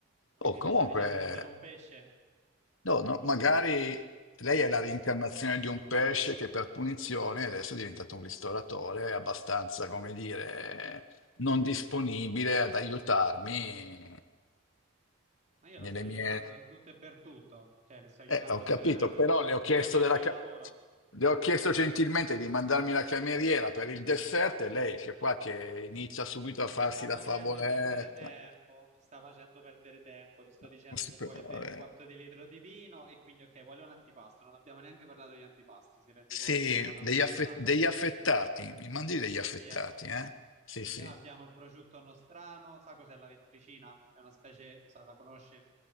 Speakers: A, on the right; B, on the left.
A: Quindi
B: O comunque,
A: mi sta dicendo che sono un pesce,
B: no, no, magari lei è la reincarnazione di un pesce che per punizione adesso è diventato un ristoratore abbastanza, come dire, non disponibile ad aiutarmi
A: ma io
B: nelle
A: la sto aiutando
B: mie
A: in tutto e per tutto, cioè le sto aiutando
B: eh, ho capito,
A: per eh,
B: però le ho
A: quello
B: chiesto,
A: che
B: della
A: è il mio
B: ca-
A: lavoro.
B: le ho chiesto gentilmente di mandarmi la cameriera per il dessert e lei che qua che inizia subito a
A: Mi
B: farsi
A: sta
B: la
A: facendo
B: favoletta.
A: perdere tempo, mi sta facendo perdere tempo, le sto
B: No,
A: dicendo
B: non si
A: se
B: può,
A: vuole
B: vabbè.
A: bere un quarto di litro di vino e quindi ok, vuole un antipasto, non abbiamo neanche parlato di antipasti, si rende
B: Sì,
A: conto, stiamo parlando
B: degli,
A: di
B: affe-
A: tutt'altro.
B: degli affettati, mi mandi degli affettati,
A: Sì, eh,
B: eh? Sì,
A: abbi-
B: sì.
A: abbiamo il prosciutto nostrano, sa cos'è la ventricina? È una specie, sa, la conosci?